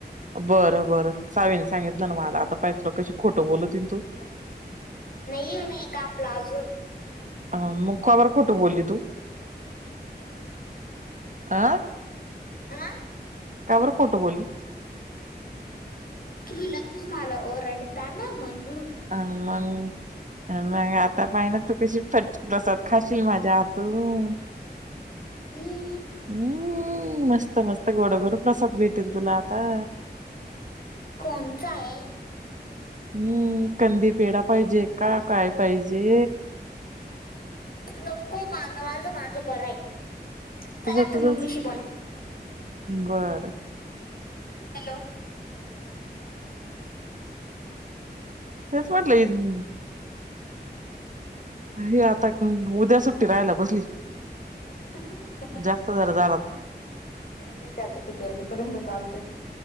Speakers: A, on the right; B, on the left.
A: बरं
B: हा
A: बरं सावीने सांगितलं ना मला आता पाहितलं कशी खोटं बोलत त तू.
B: नाही हो नाहीये कापल अजून.
A: अ मग कबर खोटू बोलली तू. अं
B: हा
A: कापर खोटं बोलली.
B: तुम्ही लगच मला ओरडता ना म्हण.
A: आमंग. मग आता पाहि ना तू कशी फटके प्रसाद खाशील माझ्या हातून.
B: हम्.
A: हम् मस्त मस्त गोडगर प्रसाद भेटेल तुला आता.
B: कोणता आहे.
A: हम्म कंदी पेढा पाहिजे का काय पाहिजे.
B: नको म माझं माझं बरं आहे. चला
A: तझ
B: आता
A: तस
B: मम्मीशी बोला
A: बर.
B: हॅलो.
A: हेच म्हटलं. हे आता उद्या सुट्टी राहायला बसली.
B: <unintelligible>
A: जास्त जरा झाला.
B: काय मी ते आता किती वाजेपर्यंत चालतय.